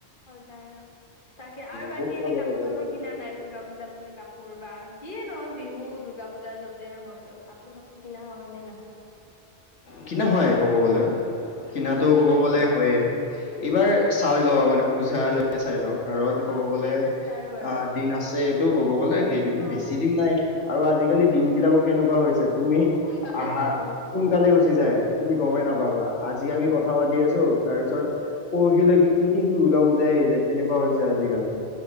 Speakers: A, on the left; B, on the left.
A: হয় যায় অ', তাকে। আৰু বাকী
B: বহুত ভাল
A: এনে
B: লাগে
A: কাপোৰ
B: জাগা
A: চাপোৰ
B: বিলাক
A: কিনা নাই দূৰ্গা পূজা বুলি কাপোৰ বা যিয়ে নহওক বিহু দুৰ্গা পূজা য'তেই নহওঁক। কাপোৰ-চাপোৰ কিনা হয়নে নহয়?
B: কিনা হয় ক'ব গ'লে। কিনাতো
A: অ এইবাৰ
B: কব গ'লে
A: কিনিবা
B: হয়য়ে, এইবাৰ চাই লওঁ আগতে পূজা লৈকে চাই লওঁ। কাৰণ ক'ব
A: অ
B: গ'লে
A: দিন আছে আৰু বাৰু
B: অ' দিন আছে, এইটো ক'ব গ'লে কেইদিন
A: অ
B: বেছি দিন নাই। আৰু আজিকালি দিন বিলাকো কেনেকুৱা হৈছে তুমি
A: সোনকালে
B: আহা
A: যায় বহুত
B: সোনকালে গৈছে। গুচি যায়। তুমি গমে
A: উম
B: নাপাবা আজি জি আমি কথা পাতি আছোঁ, তাৰ পিছত পৰহিলৈকে কি ঠিক দুৰ্গা পূজাই আহি যায়। তেনেকুৱা হৈছে আজি কালি,